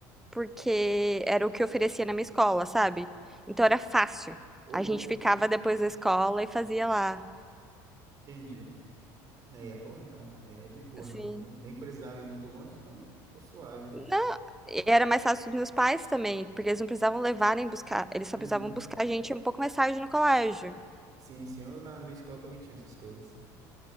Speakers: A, in the centre; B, on the right (about 40°).
A: porque era o que oferecia na minha escola, sabe? Então era fácil.
B: Ô,
A: A
B: louco,
A: gente ficava depois da escola e fazia lá.
B: entendi. Aí é bom, então, aí é de boa,
A: Assim.
B: não, não- nem precisava ir muito longe, então, ô, suave.
A: Não, e era mais fácil dos meus pais também, porque eles não precisavam levar nem buscar. Eles só
B: Uhum.
A: precisavam buscar a gente um pouco mais tarde no colégio.
B: Sim, sim, eu na minha escola também tinha essas coisas,